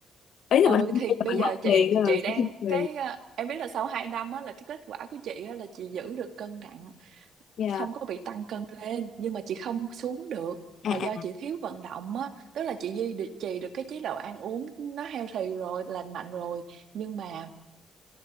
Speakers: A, on the left; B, on the right.
A: ý là
B: ừ
A: mình không
B: thì
A: kiên là
B: bây
A: mình
B: giờ
A: mất
B: chị
A: tiền nên
B: chị
A: là mình
B: đang
A: sẽ kiên trì
B: cái ờ, em biết là sau 2 năm á là cái kết quả của chị á là chị giữ được cân nặng
A: dạ
B: không có bị tăng cân lên nhưng mà chị không xuống được
A: à
B: là do
A: à
B: chị thiếu vận động á tức là chị duy được- trì được cái chế độ ăn uống nó healthy rồi lành mạnh rồi nhưng mà